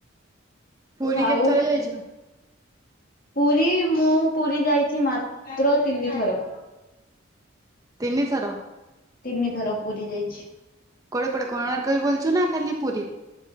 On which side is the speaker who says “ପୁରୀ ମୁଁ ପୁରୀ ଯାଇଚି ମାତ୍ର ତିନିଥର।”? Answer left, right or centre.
Left